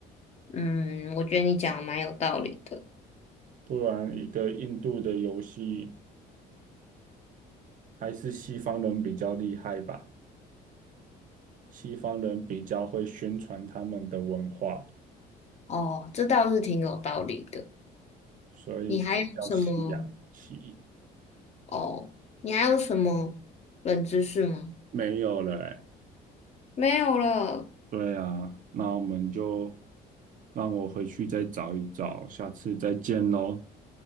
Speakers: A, on the left (about 40°); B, on the right (about 50°).
A: 嗯，我觉得你讲的蛮有道理的。
B: 不然一个印度的游戏还是西方人比较厉害吧？西方人比较会宣传他们的文化，
A: 哦，这倒是挺有道理的。
B: 所以才叫西洋棋。
A: 你还有什么？哦，你还有什么冷知识吗？
B: 没有了欸
A: 没有了。
B: 对啊，那我们就让我回去再找一找，下次再见喽。